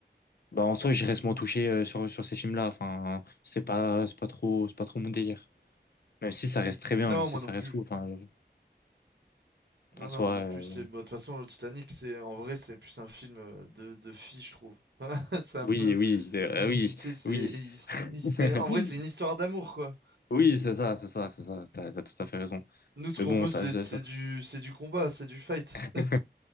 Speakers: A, on the left; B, on the right.
A: bah, en soi, je reste moins touché euh, sur, sur ces films-là. Enfin, c'est pas, c'est pas trop, c'est pas trop mon délire. Même si ça reste très bien,
B: Non,
A: même si
B: moi
A: ça
B: non plus.
A: reste fou. Enfin, le-
B: Non,
A: en soi,
B: non, moi non
A: euh,
B: plus. C'est, bah, de toute façon, le Titanic, c'est, en vrai, c'est plus un film euh, de, de filles, je trouve. <laughs> C'est un
A: oui,
B: peu,
A: oui, euh,
B: il-
A: oui,
B: tu sais, c'est,
A: oui.
B: il- il- c'est- en vrai, c'est une
A: <laughs>
B: histoire d'amour, quoi.
A: Oui, c'est ça, c'est ça, c'est ça. T'as, t'as tout à fait raison.
B: Nous, ce
A: Mais
B: qu'on
A: bon,
B: veut,
A: ça,
B: c'est,
A: ça.
B: c'est
A: ça.
B: du, c'est du combat, c'est du fight.
A: <laughs>